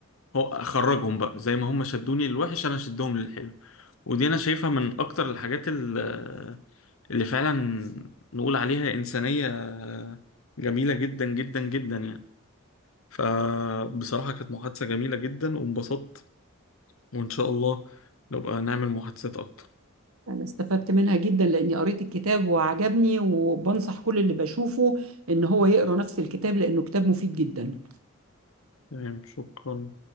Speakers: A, on the left; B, on the right.
A: هو أخرجهم بقى زي ما هم شدوني للوحش أنا شدهم للحلو ودي أنا شايفها من أكتر الحاجات ال- اللي فعلا نقول عليها إنسانية جميلة جدا جدا جدا يعني فبصراحة كانت محادثة جميلة جدا وانبسطت وإن شاء الله نبقى نعمل محادثات أكتر
B: أنا استفدت منها جدا لأني قريت الكتاب وعجبني وبنصح كل اللي بشوفه إن هو يقرأ نفس الكتاب لأنه كتاب مفيد جدا
A: تمام شكرا